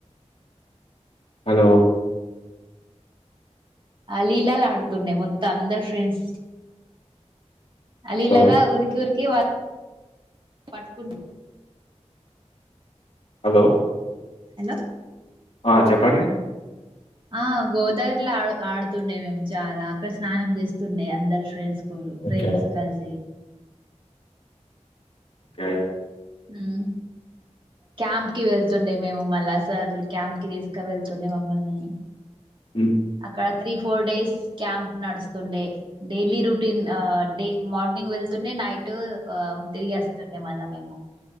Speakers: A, on the left; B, on the right.
A: హలో
B: అ లీలల్లో ఆడుతుండే మొత్తం అందరు ఫ్రెండ్స్ అ లీలల్లో
A: హలో
B: ఉరికి ఉరుకి పట్కుంట
A: హలో
B: హలో
A: ఆ చెప్పండి
B: ఆ గోదారిలో ఆ ఆడుతుండే మేము చాలా అక్కడ స్నానం చేస్తుండే అందలు ఫ్రెండ్స్ ఉమ్ ఫ్రెండ్స్
A: ఓకే
B: కలిసి
A: ఓకే
B: ఉమ్ క్యాంప్ కి వెళ్తుండే మేము మళ్ళా సార్లు క్యాంప్ కి తీసుక వెళ్తుండే మమ్మల్ని
A: మ్మ్
B: అక్కడ త్రీ ఫోర్ డేస్ క్యాంప్ నడుస్తుండే డైలీ రుటీన్ ఆ డైలీ మార్నింగ్ వెళ్తుండే నైట్ ఆ తిరిగిస్తుండే మళ్ళా మేము